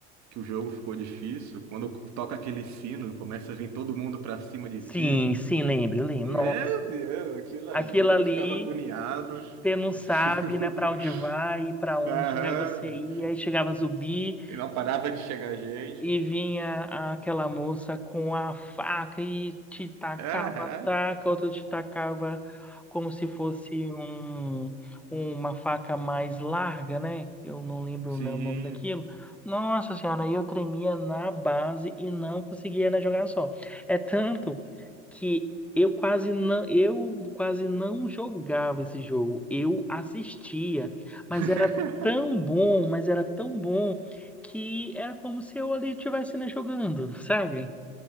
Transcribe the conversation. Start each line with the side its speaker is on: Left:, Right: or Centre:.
Right: que o jogo ficou difícil, quando cu- toca aquele sino, começa a vir todo mundo pra cima de
Centre: Sim,
Right: ti.
Centre: sim, lembro, lembro.
Right: Meu
Centre: Nossa,
Right: Deus, aquilo ali,
Centre: aquilo ali,
Right: eu ficava agoniado.
Centre: você não
Right: <laughs>
Centre: sabe, né, para onde vai, para onde,
Right: Aham.
Centre: né, você ia, e chegava zumbi.
Right: E não parava de chegar gente.
Centre: E vinha aquela moça com a faca e te tacava,
Right: Aham.
Centre: taca, outra te tacava como se fosse um, uma faca mais larga, né? Eu não lembro
Right: Sim.
Centre: o nome daquilo. Nossa senhora, eu tremia na base e não conseguia, né, jogar só. É tanto que eu quase não, eu quase não jogava esse jogo. Eu assistia, mas
Right: <laughs>
Centre: era tão bom, mas era tão bom que era como se eu ali estivesse né, jogando, sabe?